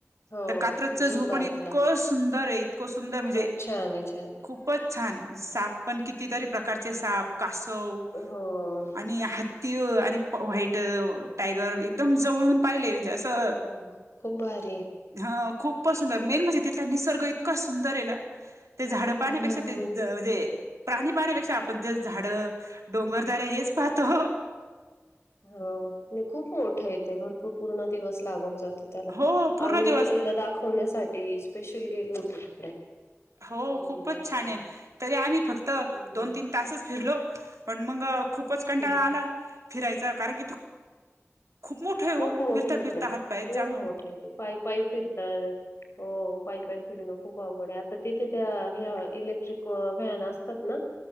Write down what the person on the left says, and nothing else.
हो
पार्कला
खूप छान आहे छान आहे
हो.
हो खूप भारी आहे
हम्म.
हो आणि खूप मोठं येते भरपूर पूर्ण दिवस लागून जात. त्याला,
आम्ही
मुलीला दाखवण्यासाठी स्पेशल गेलो होतो तिकडे.
हम्म.
नाशिकहून.
हम्म
हम्म.
खूप
मोठं
आहे ते.
खूप
मोठं आहे ते. पायी पायी फिरताय. हो पायीपायी फिरणं खूप आवघड आता तिथे त्या इलेक्ट्रिक व्हॅन असतात ना.